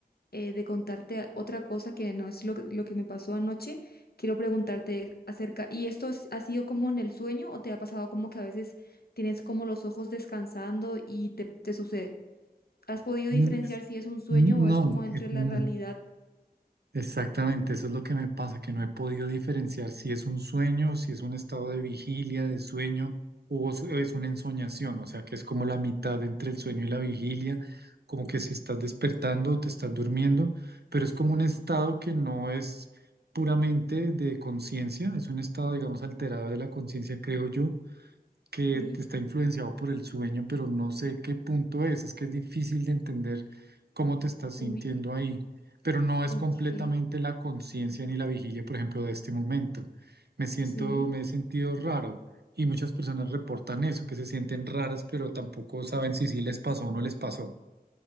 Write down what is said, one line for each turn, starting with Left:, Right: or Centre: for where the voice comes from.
Left: eh, de contarte otra cosa que no es lo, que- lo que me pasó anoche, quiero preguntarte acerca, ¿y esto es- ha sido como en el sueño o te ha pasado como que a veces tienes como los ojos descansando y te, te sucede? ¿Has podido
Right: Mm,
Left: diferenciar
Right: es-
Left: si es un sueño
Right: No,
Left: o es como entre
Right: es- mm,
Left: la realidad?
Right: exactamente, eso es lo que me pasa, que no he podido diferenciar si es un sueño, si es un estado de vigilia, de sueño, o es o es una ensoñación, o sea, que es como la mitad entre el sueño y la vigilia, como que si estás despertando o te estás durmiendo, pero es como un estado que no es puramente de conciencia, es un estado, digamos, alterado de la conciencia, creo yo, que
Left: Sí,
Right: está influenciado por el sueño, pero no sé qué punto es, es que es difícil de entender cómo te estás
Left: uy,
Right: sintiendo ahí, pero no es
Left: ok,
Right: completamente la conciencia ni la vigilia, por ejemplo, de este momento. Me siento,
Left: sí.
Right: me he sentido raro y muchas personas reportan eso, que se sienten raras, pero tampoco saben si sí les pasó o no les pasó.